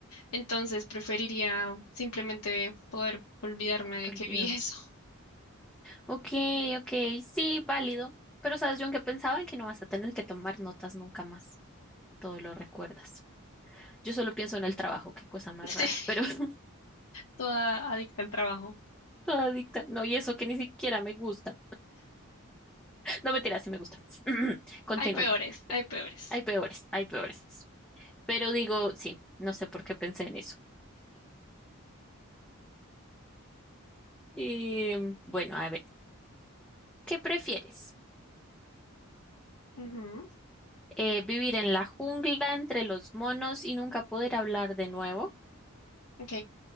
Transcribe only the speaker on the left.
entonces preferiría simplemente poder olvidarme
de
que vi eso.
<laughs>
Sí,
toda adicta al trabajo.
Hay peores, hay peores.
Ujú,
Ok.